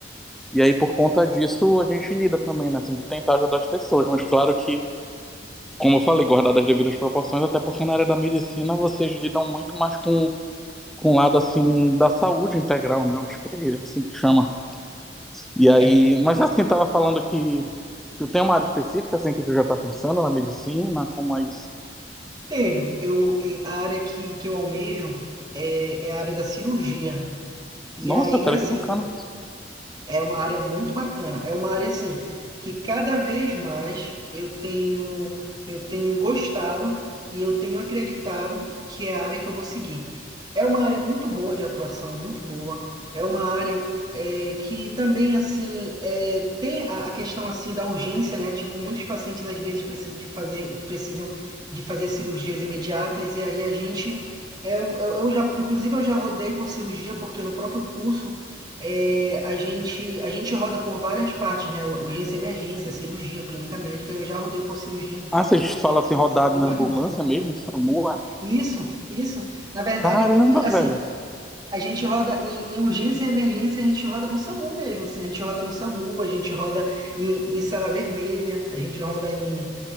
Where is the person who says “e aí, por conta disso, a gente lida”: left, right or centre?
Centre